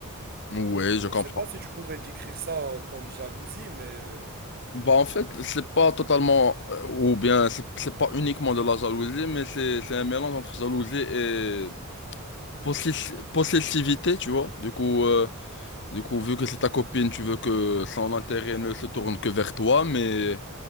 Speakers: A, on the left; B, on the right.
A: Ouais, je comprends.
B: Je sais pas si tu pourrais décrire ça euh, comme jalousie, mais euh,
A: Bah en fait, c'est pas totalement, euh, ou bien c'est c'est pas uniquement de la jalousie, mais c'est c'est un mélange entre jalousie et possessi- possessivité, tu vois. Du coup, euh, du coup, vu que c'est ta copine, tu veux que son intérêt ne se tourne que vers toi, mais